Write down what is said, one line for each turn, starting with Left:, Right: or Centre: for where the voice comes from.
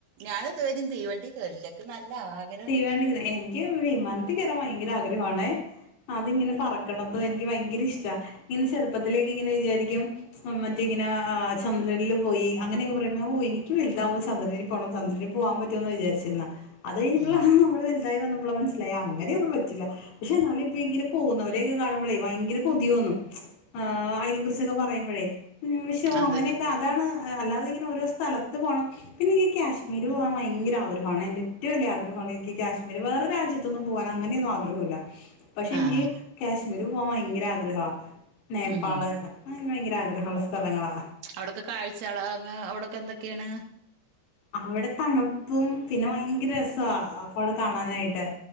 Right: ഞാനിതുവരിം തീവണ്ടി കേറീല്ല ഇങ്ക് നല്ല ആഗ്രഹണ്ട്
Left: തീവണ്ടിക്ക്ലെ എനിക്ക് വിമാനത്തി കയറാൻ ഭയങ്കരാഗ്രഹമാണേ അതിങ്ങനെ പറക്കണതും എനിക്ക് ഭയങ്കരയിഷ്ടാ ഇങ്ങനെ ചെറുപ്പത്തിലെക്കെങ്ങനെ വിചാരിക്കും മറ്റയിങ്ങനെ ആ ചന്ദ്രനില് പോയി അങ്ങനെയൊക്കെ പറയുമ്പോ ഓഹോ എനിക്ക് വലുതാവുമ്പോ ചന്ദ്രനില് പോണം ചന്ദ്രനില് പോവാൻ പറ്റൂന്നാ വിചാരിച്ചിരുന്നെ അത് കഴിഞ്ഞപ്പളാ
Right: ഉം
Left: നമ്മള് വലുതായി വന്നപ്പളാ മനസ്സി ലായി അങ്ങനെയൊന്നും പറ്റില്ല പക്ഷെയെന്നാലും ഇപ്പയിങ്ങനെ പോകുന്നവരെയൊക്കെ കാണുമ്പളേ ഭയങ്കര കൊതി തോന്നും ആ അയിനെ കുറിച്ചൊക്കെ പറയുമ്പഴേ ഷോ
Right: അതെ
Left: അങ്ങനെയൊക്കെ ആദ്യ അതാണ് അല്ലാതെ ഇങ്ങനെ ഓരോ സ്ഥലത്ത് പോണം പിന്നെനിക്ക് കാശ്മീര് പോകാൻ ഭയങ്കര ആഗ്രഹമാണ് എന്റെ ഏറ്റവും വലിയ ആഗ്ര എനിക്ക് കാശ്മീർ വേറെ രാജത്തൊന്നും പോവാൻ അങ്ങനെയൊന്ന ആഗ്രഹവുല്ല പക്ഷെ
Right: ആ
Left: എനിക്ക്
Right: ആ
Left: കാശ്മീ ഇ പോകാൻ ഭയങ്കര ആഗ്രഹ നേപ്പാള്
Right: ഉം
Left: അങ്ങനെ ഭയങ്കര ആഗ്രഹമള്ള സ്ഥലങ്ങളാ
Right: അവിടൊക്കെ കാഴ്ചള്അ അവിടെൊക്കെ എന്തൊക്കെയാണ്
Left: അവിടെ തണുപ്പും പിന്നെ ഭയങ്കര രസാ വിടെ കാണാനായിട്ട്